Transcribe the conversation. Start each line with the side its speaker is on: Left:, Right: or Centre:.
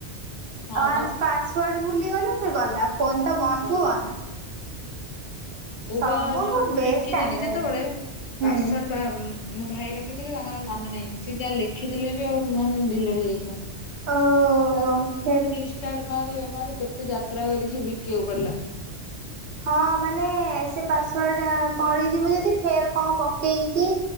Left: ହଁ
Right: ୱାନସ
Left: ବା
Right: ପାୱାର୍ଡ ଭୁଲିଗଲୁ ଫେରେ ଗଲା ଫୋନ ତ ବନ୍ଦ
Left: ଭଲ।
Right: କୁ ବନ୍ଦ।
Left: ମୁଁ
Right: ସବୁଠୁ
Left: ବା ଯୋଉ ମୁଁ
Right: ବେଷ୍ଟ
Left: ବିକିଦେଲି
Right: ଆଣ୍ଡ୍ରଏଡ
Left: ଯେତେବେଳେ
Right: ହୁଁ
Left: ପାସୱାଡ ବା ମୋ ଭାଇ ରଖିଥିଲେ ତାଙ୍କର ମନେ ନାହିଁ ସିଏ ଯା ଲେଖିଦେଲେବି ଆଉ ମାନେ ଡିଲେଡ ହେଇଥିଲା।
Right: ଓ
Left: ତାକୁ ପୁଣୀ
Right: ଫେର
Left: ରୀଷ୍ଟାର ମାରେ ଇଏ ମାରେ କେତେ ଯାତ୍ରା କରିକି ବିକିବାକୁ ପଡିଲା।
Right: ହଁ ମାନେ ସେ ପାସ୍ ୱାର୍ଡ ପଳେଇଯିବୁ ଯଦି ଫେରେ କଣ ପକେଇକି